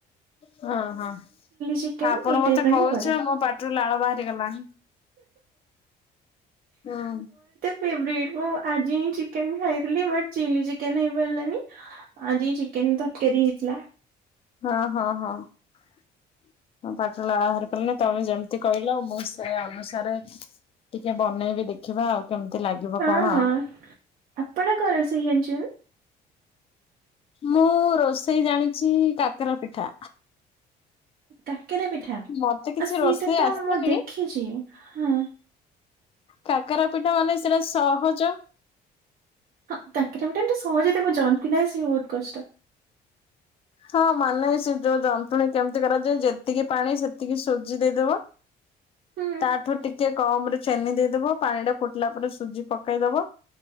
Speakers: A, on the left; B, on the right.
A: ହ ଓହୋ।
B: ଚିକେନ
A: ଆପଣ
B: ଏଇ
A: ମତେ
B: ଟାଇପ ର
A: କହୁଛ,
B: ହିଁ କରୁ।
A: ମୋ ପାଟିରୁ ଲାଳ ବାହାରି ଗଲାଣି। ହଁ।
B: ଫେବରାଇଟ୍। ମୁଁ ଆଜି ହିଁ ଚିକେନ ଖାଇଥିଲି ବଟ୍ ଚିଲ୍ଲି ଚିକେନ ହେଇପାରିଲାନି। ଆଜି ଚିକେନ ତରକାରୀ ହେଇଥିଲା।
A: ହଁ-ହଁ-ହଁ। ହଁ ପାଟିରୁ ଲାଳ ବାହାରି ପରିଲାନି ତମେ ଯେମ ତି କହିଲ, ମୁଁ ସେୟା ଅନୁସାରେ ଟିକେ ବନେଇବି ଦେଖିବା ଆଉ। କେମତି ଲାଗିବ
B: ହଁ
A: କଣ
B: ହଁ
A: ଆଉ।
B: ଆପଣଙ୍କ ରୋଷେଇ ଜାଣିଛନ୍ତି ନା?
A: ମୁଁ ରୋଷେଇ ଜାଣିଛି କାକରା ପିଠା।
B: କାକେରା ପିଠା,
A: ମତେ କିଛି
B: ଆ ସେଇଟା
A: ରୋଷେଇ
B: ତ
A: ଆସେନି
B: ମୁଁ ଦେଖିଛି। ହଁ।
A: କାକେରା ପିଠା ମାନେ ସେଇଟା ସହଜ
B: ହଁ କାକେରା ପିଠା ଏମତି ସହଜ ହେଇଥାଏ, ତାକୁ ଯନ୍ତିଲେ ସିଏ ବହୁତ କଷ୍ଟ।
A: ହଁ ମାନେ ସେ ଯୋଉ ଯନ୍ତୁଣି କେମତି କରାଯାଏ? ଯେତିକି ପାଣି ସେତିକି ସୁଜି ଦେଇଦବ
B: ହୁଁ
A: ତାଠୁ ଟିକେ କମରେ ଚେନି ଦେଇଦବ, ପାଣିଟା ଫୁଟିଲା ପରେ, ସୁଜି ପକେଇଦବ